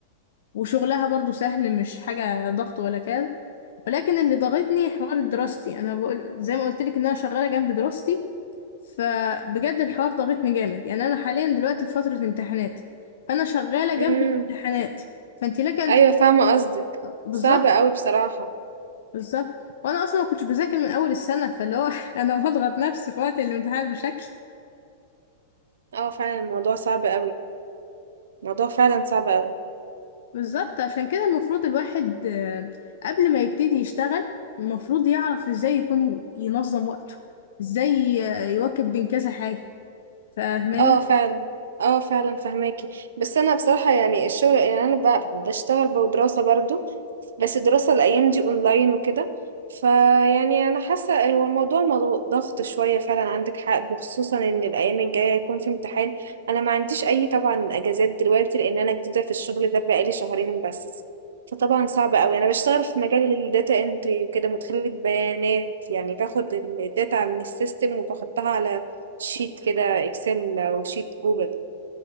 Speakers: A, on the left; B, on the right.
A: وشغلها برضو سهل مش حاجة ضغط ولا كده ولكن اللي ضغطني حوار دراستي أنا بقول زي ما قلت لك إن أنا شغالة جنب دراستي فبجد الحوار ضاغطني جامد يعني انا حاليا دلوقتي في فترة امتحانات فانا شغالة جنب
B: امم
A: الامتحانات فانت لك أن-
B: ايوه فاهمة قصدك
A: بالظبط
B: صعب قوي بصراحة
A: بالظبط وانا اصلا ما كنتش بذاكر من اول السنة فاللي هو <laughs> انا بضغط نفسي في وقت الامتحان بشكل
B: اه فعلا الموضوع صعب قوي الموضوع فعلا صعب قوي
A: بالظبط عشان كده المفروض الواحد آه، قبل ما يبتدي يشتغل المفروض يعرف ازاي يكون ينظم وقته ازاي آه، يواكب بين كذا حاجة فاهماني
B: اه فعلا اه فعلا فهماكي بس انا بصراحة يعني الشغل يعني انا ب- بشتغل بدراسة برضو بس الدراسة الايام دي اونلاين وكده فيعني انا حاسة هو الموضوع مضغ- ضغط شوية فعلا عندك حق بخصوصا ان الايام الجاية هيكون في امتحان انا ما عنديش اي طبعا اجازات دلوقتي لان انا جديدة في الشغل ده بقالي شهرين بس فطبعا صعب قوي انا بشتغل في مجال الداتا انتري وكده مدخلة بيانات يعني باخد الداتا من السيستم وبحطها على شيت كده اكسل او شيت جوجل